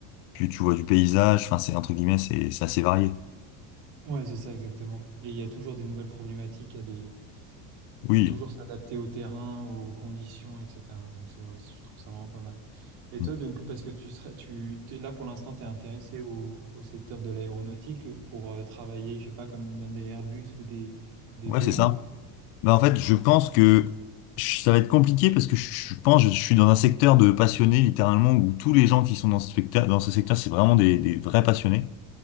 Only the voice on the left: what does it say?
Puis tu vois du paysage, enfin c'est entre guillemets, c'est, c'est assez varié.
Oui.
Mm.
Ouais,
c'est ça. Ben, en fait, je pense que je- ça va être compliqué parce que je je pense que je suis dans un secteur de passionnés littéralement où tous les gens qui sont dans ce secteur, dans ce secteur, c'est vraiment des des vrais passionnés.